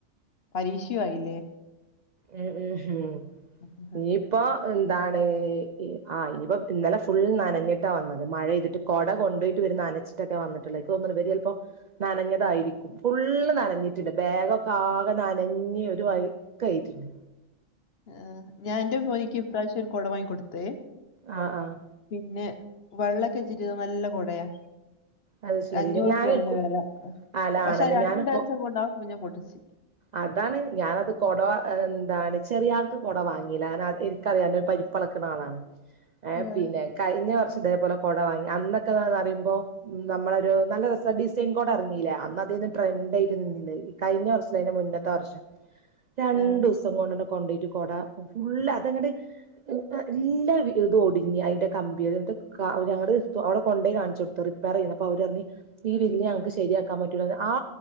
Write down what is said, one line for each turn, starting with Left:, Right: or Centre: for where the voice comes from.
Left: പരീക്ഷു ആയില്ലേ
Right: ഉം ഉ ഉം
Left: ആ,
Right: ഇ ഇപ്പൊ എന്താണ് ആ ഇനിയിപ്പം ഇന്നലെ ഫുൾ നനഞ്ഞിട്ടാ വന്നത് മഴെയ്തിട്ട് കൊട കൊണ്ടയിട്ട് ഇവര് നനച്ചിട്ടട്ടോ വന്നിട്ടുള്ളത് ഇൻക്ക് തോന്ന്ണ് ഇവര് ചെലപ്പം നനഞ്ഞതായിരിക്കും
Left: ആ.
Right: ഫുള്ള് നനഞ്ഞിട്ടുണ്ട് ബാഗൊക്കെ ആകെ നനഞ്ഞി ഒരു വൈ കൈട്ടിണ്
Left: ആഹ് ഞാൻന്റെ മോന്ക്ക് ഇ പ്രാവിശ്യം ഒരു കൊട വാങ്ങി കൊടുത്തേ
Right: ആഹ് ആഹ്
Left: പിന്നെ വെള്ളൊക്കെ ചിട്ട് നല്ല കുടയാ
Right: അത് ശരില്ലേ
Left: അഞ്ഞൂർർപ്യ
Right: ഞാന്
Left: അതിനു വില
Right: അല്ല
Left: പക്ഷെ
Right: ആണല്ലേ
Left: അത് രണ്ടേസം
Right: ഞാന്
Left: കൊണ്ട ആ കുഞ്ഞ പൊട്ടിച്ച്
Right: അതാണ് ഞാനത് കൊട വ അത് എന്താണ് ചെറിയ ആൾക്ക് കൊട വാങ്ങീല ന്ന അ ഇൻക്കറിയാന് പരിപ്പളക്ക്ണ ആളാണ് ഏ
Left: ഏഹ്
Right: പിന്നെ കഴിഞ്ഞ വർഷം ഇതേപോലെ കൊട വാങ്ങി അന്നൊക്കെ ഇതാണ് അറിയുമ്പോ നമ്മളരു
Left: ഏഹ്
Right: നല്ല രസ ഡിസൈൻ കൊട എറങ്ങീലെ അന്ന അതേനി ട്രെൻഡ ആയിട്ട് നിന്നീന്നേ കഴിഞ്ഞ വർ അയ്ന്റെ മുന്നത്തെ വർഷം രണ്ടും
Left: ഏഹ്
Right: സ് ങ്ങണ്ട് കൊണ്ടോയിട്ട് കൊട ഫുള്ള് അതങ്ങണ്ട് എ ല്ല വി ഇത് ഒടിഞ്ഞ് അതിന്റെ കമ്പി അ ഞങ്ങള് അവിടെ കൊണ്ട പോയി കാണിച്ചു കൊടുത്തു റിപ്പയർ ചെയ്യുന്നു അപ്പോ അവരറിഞ് ഈ വില്ല് ഞങ്ങക്ക് ശരിയാക്കാം പറ്റൂലാന്ന് ആ